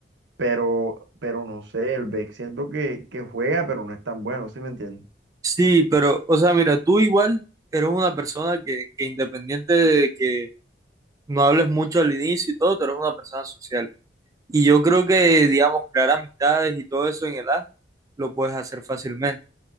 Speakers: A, on the right; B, on the right.
A: pero, pero no sé, el BEC siento que, que juega, pero no es tan bueno, ¿sí me entiendes?
B: Sí, pero, o sea, mira, tú igual eres una persona que, que independiente de que no hables mucho al inicio y todo, tú eres una persona social. Y yo creo que, digamos, crear amistades y todo eso en el A lo puedes hacer fácilmente.